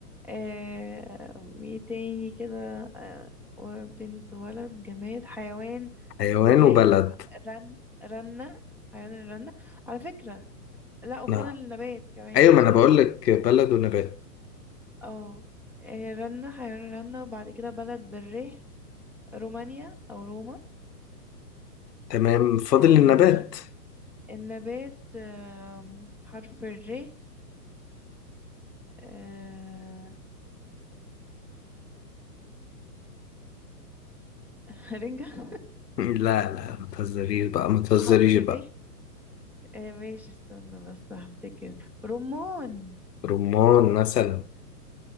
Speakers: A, in the centre; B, on the left.
A: آه ايه تاني كده آه وبنت ولد جماد حيوان
B: حيوان
A: بره
B: وبلد
A: رن رنة حيوان الرنة على فكرة لا وفاضل
B: نعم
A: نبات كمان
B: ايوه ما
A: سوري
B: انا بقول لك بلد ونبات
A: اه آه، رنة حيوان الرنة وبعد كده بلد بره رومانيا أو روما
B: تمام فاضل
A: آه
B: النبات
A: النبات آه حرف الر آه <laughs> رنجة
B: لا لا ما تهزريش بقى ما تهزريش
A: حرف الر
B: بقى
A: آه ماشي استنى بس هفتكر رمان
B: رمان مثلا